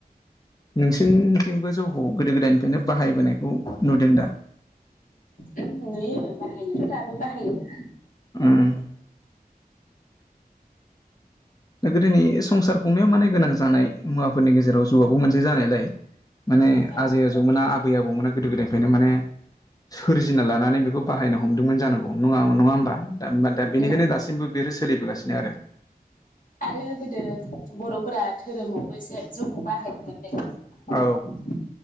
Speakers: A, on the left; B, on the left.
A: नोंसनिथिंबो जौखौ गोदो गोदायनिफ्रायनो बाहायबोनायखौ नुदों दा? <inaudible>
B: नुयो बाहायनायाथ' दाबो बाहायो।
A: <inaudible> गोदोनि संसार खुंनायाव माने गोनां जानाय मुवाफोरनि गेजेराव ज'आबो मोनसे जानायलाय माने
B: औ
A: आजै आजौमोना आबै आबौमोना गोदो गोदायनिफ्रायनो माने सोरजिना लानानै बेखौ बाहायनो हमदोंमोन जानांगौ नङा नङा होमबा दा होमा दा
B: उम
A: बेनिखायनो दासिमबो बिफोरो सोलिबोगासिनो आरो
B: आरो गोदो बर'फोरा धोरोमावबो एसे जौखौ बाहायोमोन होननायखौ जों
A: औ
B: खोनायो आरो